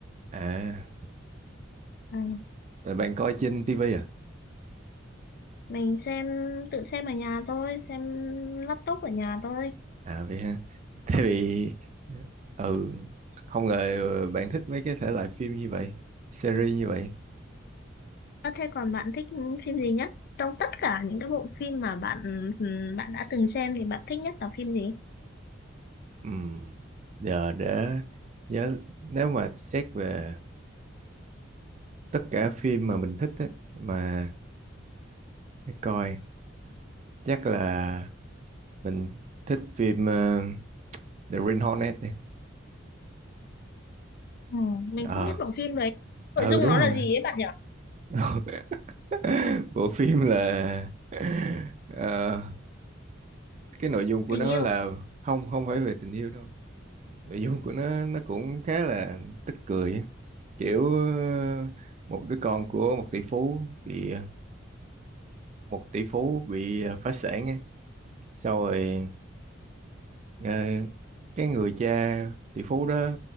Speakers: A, on the right; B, on the left.
A: À,
B: Ừ,
A: là bạn coi trên tivi à?
B: mình xem tự xem ở nhà thôi xem laptop ở nhà thôi
A: À vậy ha. <laughs> Thế vì ừ, không ngờ bạn thích mấy cái thể loại phim như vậy, series như vậy.
B: Ờ, thế còn bạn thích phim gì nhất trong tất cả những cái bộ phim mà bạn ừ, bạn đã từng xem thì bạn thích nhất là phim gì
A: Ừm, Giờ để nhớ nếu mà xét về tất cả phim mà mình thích á, mà để coi chắc là mình thích phim ờ, The Green Hornet này.
B: ừ, mình
A: ờ
B: không biết bộ phim đấy
A: ừ
B: nội dung
A: đúng
B: nó là
A: rồi
B: gì ấy bạn nhỉ
A: <laughs> bộ phim là ờ, cái nội dung của
B: tình
A: nó
B: yêu
A: là không không phải về tình yêu đâu nội dung của nó nó cũng khá là tức cười á. kiểu ờ, một đứa con của một tỷ phú bị một tỷ phú bị ờ, phá sản á. sau rồi ờ, cái người cha tỷ phú đó